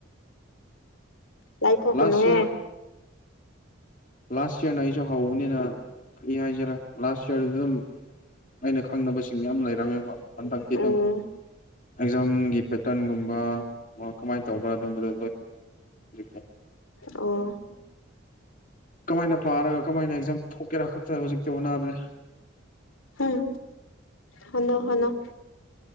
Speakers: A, on the left; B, on the left.
A: ꯂꯥꯏꯊꯣꯛ ꯀꯅꯣꯍꯦ
B: ꯂꯥꯁ ꯌꯔ ꯂꯥꯁ ꯏꯌꯥꯔꯅ ꯑꯩꯁꯨ ꯍꯧꯕꯅꯤꯅ ꯀꯔꯤ ꯍꯥꯏꯖꯔ ꯂꯥꯁ ꯏꯌꯥꯔꯗ ꯑꯗꯨꯝ ꯑꯩꯅ ꯈꯪꯗꯕꯁꯤꯡ ꯌꯥꯝ ꯂꯩꯔꯝꯃꯦꯕ ꯍꯟꯗꯛꯇꯤ
A: ꯎꯝ
B: ꯑꯗꯨꯝ ꯑꯦꯛꯖꯥꯝꯒꯤ ꯄꯦꯇꯔꯟꯒꯨꯝꯕ ꯑꯣꯔ ꯀꯃꯥꯏꯅ ꯇꯧꯕ꯭ꯔꯥ ꯑꯗꯨꯒꯝꯕꯗꯨ <unintelligible>
A: ꯑꯣ
B: ꯀꯃꯥꯏꯅ ꯄꯥꯔꯒ ꯀꯃꯥꯏꯅ ꯑꯦꯛꯖꯥꯝ ꯊꯣꯛꯀꯦꯔꯥ ꯈꯥꯛ ꯇꯥ ꯍꯧꯖꯛꯇꯤ ꯍꯣꯠꯅꯕꯅꯦ
A: ꯎꯝ ꯍꯣꯠꯅꯧ ꯍꯣꯠꯅꯧ